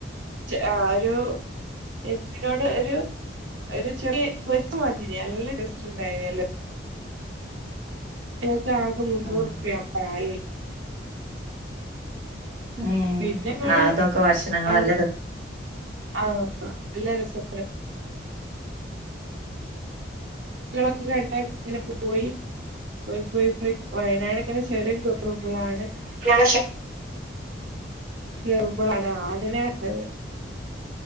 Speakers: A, on the right; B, on the right.
A: അ ഒരു എ അവോട് ഒരു ഒരു ചെറിയ പൊരുത്ത മതി നല്ല ടസ്റ്റ് ഉണ്ടായില്ല ഇസ ആക മുന്നൂറുപായി
B: ആഹ് ഏഹ്
A: പിന്നെ അടെ
B: ആഹ് അതൊക്കെ ഭക്ഷണങ്ങള്
A: ആ
B: നല്ല രസ
A: ആ നല്ല രസട്ടോ ളൊക്കെ കണ്ടാ അങ്ങനെ പോയി പോയി പോയി പോയി വയനാട് അങ്ങനെ ചുരം കയറുമ്പോളാണ്
B: ആഹ്
A: കേറ്പോളാണ് ആനനെ കണ്ടത്